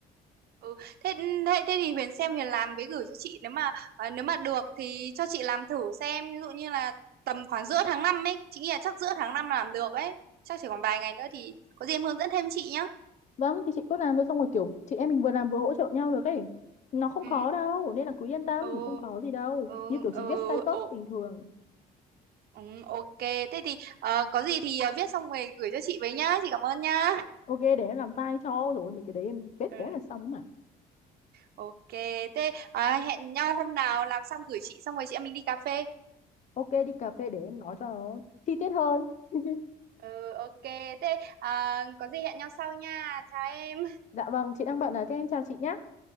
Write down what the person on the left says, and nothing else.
Vâng thì chị cứ làm thôi xong rồi kiểu chị em mình vừa làm vừa hỗ trợ nhau được ấy. Nó không
khó đâu nên là cứ yên tâm,
không khó gì đâu.
Như kiểu
chị viết status
bình thường.
Ok để em làm file cho rồi mấy cái đấy em viết
cái là xong mà.
Ok đi cà phê để em nói cho nó chi tiết hơn. <laughs>
Dạ vâng, chị đang bận à thế em chào chị nhé.